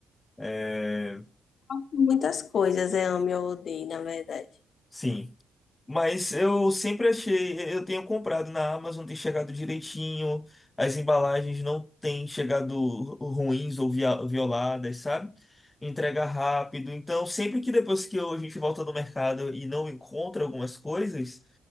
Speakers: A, on the left (about 20°); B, on the left (about 55°).
A: É,
B: Muitas coisas eu amo e eu odeio, na verdade.
A: Sim. Mas eu sempre achei, eu tenho comprado na Amazon, tem chegado direitinho, as embalagens não têm chegado ruins ou via- violadas, sabe? Entrega rápido. Então, sempre que depois que eu- a gente volta no mercado e não encontra algumas coisas,